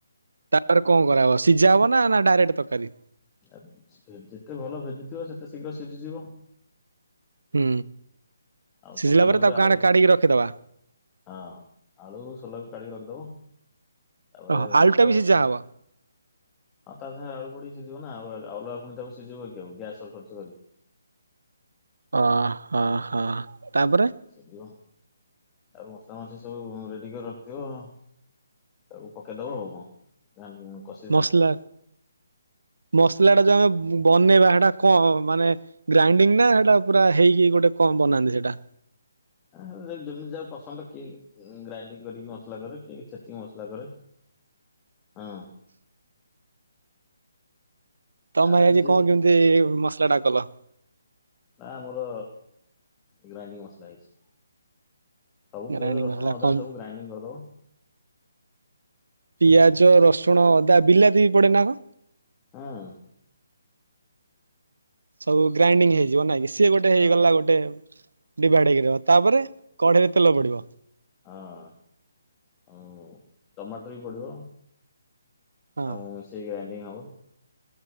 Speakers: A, on the right (about 75°); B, on the left (about 20°).
A: ତାପରେ କଣ କରାହବ ସିଝା ହବ ନା ଡାଇରେକ୍ଟ ତରକାରୀ?
B: ଆ ଯେତେ ଭଲ ଭେଦିଥିବ ସେତେ ଶୀଘ୍ର ସିଝିଯିବ।
A: ହୁଁ
B: ଆଉ ସିଝିଗଲା
A: ସିଝିଲା ପରେ ତାକୁ
B: ଆଳୁ
A: କାଣା କାଢିକି ରଖିଦବା।
B: ହଁ ଆଳୁ ସୋଲାକୁ କାଢ଼ିକି ରଖିଦେବ ତାପରେ
A: ଓହୋ ଆଳୁଟା
B: ମସଲା
A: ବି ସିଝା
B: ଫସଲା
A: ହବ।
B: ହଁ ତା ସାଙ୍ଗରେ ଆଳୁ ପଡିକି ସିଝିବ ନା ଆଉ ଅଲଗା ଫୁଣି ତାକୁ ସିଝେଇବ କି ଆଉ ଗ୍ୟାସ୍ ଖର୍ଚ କରିକି।
A: ଓ ହଁ ହଁ ତାପରେ
B: ସିଝିବ ତାପରେ ମସଲା ମସଲି ସବୁ ରେଡି କରି ରଖିଥିବ ତାକୁ ପକେଇଦବ ଆଉ କଣ <unintelligible> କଷ
A: ମସଲା ମସଲା ଟା ଯୋଉ ଆମେ ବନେଇବା ସେଟା କଣ ମାନେ ଗ୍ରାଇଣ୍ଡିଙ୍ଗ ନା ସେଇଟା ପୁରା ହେଇକି ଗୋଟେ କଣ ବନାନ୍ତି ସେଇଟା?
B: ଆଁହ ଯେମିତି ଯାହାକୁ ପସନ୍ଦ କିଏ ଗ୍ରାଇଣ୍ଡିଙ୍ଗ କରିକି ମସଲା କରେ କିଏ ଛେଚିକି ମସଲା କରେ। ହଁ।
A: ତମେ
B: ଆ
A: ଭାଇ ଆଜି
B: ଯେ
A: କଣ କେମିତି ମସଲାଟା କଲ?
B: ନା ଆମର ଗ୍ରାଇଣ୍ଡିଙ୍ଗ ମସଲା ହେଇଛି। ସବୁ
A: ଗ୍ରାଇଣ୍ଡିଙ୍ଗ
B: ପିଆଜ, ରସୁଣ,
A: ମସଲା
B: ଅଦା
A: କଣ
B: ସବୁ ଗ୍ରାଇଣ୍ଡିଙ୍ଗ କରିଦବ।
A: ପିଆଜ, ରସୁଣ, ଅଦା ବିଲାତି ବି ପଡେ ନା କଣ?
B: ହୁଁ।
A: ସବୁ ଗ୍ରାଇଣ୍ଡିଙ୍ଗ ହେଇଯିବ ନାଇଁ କି ସିଏ ଗୋଟେ ହେଇଗଲା
B: ହଁ
A: ଗୋଟେ ଡିଭାଇଡ ହେଇକି ରହିବ ତାପରେ କଢେଇରେ ତେଲ ପଡିବ?
B: ହଁ ଆଉ ଟମାଟର ବି ପଡ଼ିବ।
A: ହଁ।
B: ତାକୁ ମିସେଇକି ଗ୍ରାଇଣ୍ଡିଙ୍ଗ ହବ।